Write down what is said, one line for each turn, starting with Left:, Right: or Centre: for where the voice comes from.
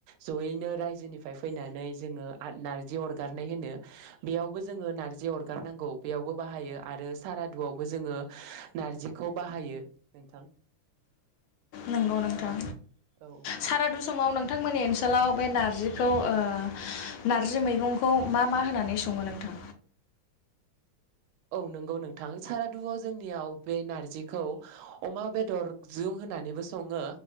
Right: जयैनो रायजोनिफ्राय फैनानै जोङो नारजि अरगारनाय होनो बेयावबो जोङो नार्जि अरगारनांगौ बेयावबो बाहायो आरो सारादुआवबो जोङो नारजिखौ बाहायो नोंथां।
Left: नंगौ नोंथां
Right: औ
Left: सारादु समाव नोंथांमोननि ओनसोलाव बे नारजिखौ ओ नारजि मैगंखौ मा मा होनानै सङो नोंथां?
Right: औ नंगौ नोंथां सारादुआव जोंनियाव बे नारजिखौ अमा बेदर जों होनानैबो सङो